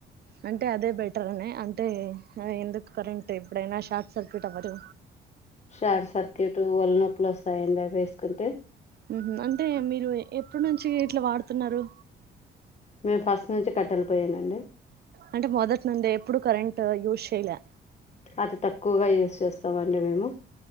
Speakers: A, on the right; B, on the left.
A: అంటే అదే బెటర్ అనా అంటే ఎందుకు కరెంట్ ఎప్పుడైనా షార్ట్ సర్క్యూట్ అవడు
B: షార్ట్ సర్క్యూట్ ఒళ్ళు నొప్పులు వస్తాయండి అవి ఏసుకుంటే
A: మ్మ్ ఉమ్మ్ అంటే మీరు ఎప్పుడు నుంచి ఇట్లా వాడుతున్నారు
B: మేము ఫస్ట్ నుంచి కట్టేలపోయ్యేనండి
A: అంటే మొదట్నుండే ఎప్పుడు కరెంట్ యూజ్ చేయలే
B: అతి తక్కువగా యూజ్ చేస్తామండి మేము